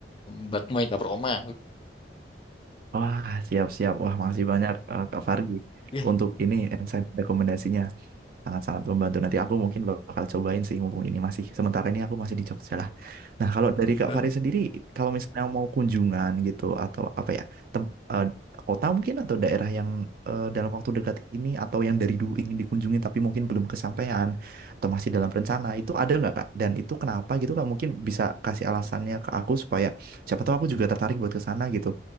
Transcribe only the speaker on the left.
Mbak Moy Dapur Oma.
<laughs>
Ya.